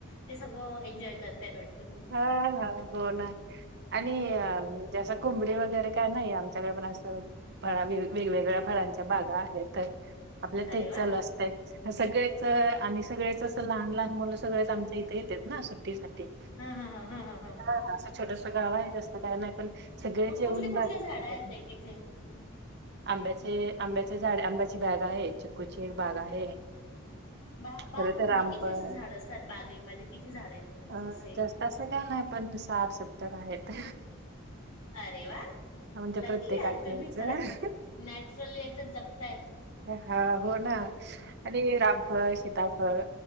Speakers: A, on the left; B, on the right.
A: ते सगळं एन्जॉय करताहेत वाट
B: हा हा हो ना आणि
A: ह
B: आम जस कुंबडी वगैरे काय नाही आमच्याकडे पण असं फळा वेग वेगवेगळ्या फळांच्या बागा आहेत. आपल
A: अरे
B: तेच
A: वा
B: चालू असतय. सगळेच आमी सगळेच अस लहान लहान मुलं सगळेच आमच्या इथे येतेत ना सुट्टीसाठी
A: <inaudible>
B: हा असं छोटस गाव आहे जास्त काय नाही. पण सगळेच
A: मग
B: येऊन
A: कुठली कुठली
B: राहतात
A: झाडा आहे ताई तिथे?
B: आंब्याचे आंब्याचे झाड आंब्याची बॅग आहे चिक्कूची एक बाग आहे.
A: बा बाग
B: परत
A: म्हणजे
B: रामफळ
A: किती असे झाड असतात बागेमध्ये किती झाड आहेत म्हणजे
B: अ
A: असे?
B: जास्त असं का नाही पण साठ सत्त तर आहेत
A: अरे वा
B: म्हणजे
A: लकी
B: प्रत्येकाच्या
A: यार तुम्ही खरंच
B: ह्याच
A: नॅचरल याच्यात जगताय.
B: हा. हो ना आणि रा फळ सीताफळ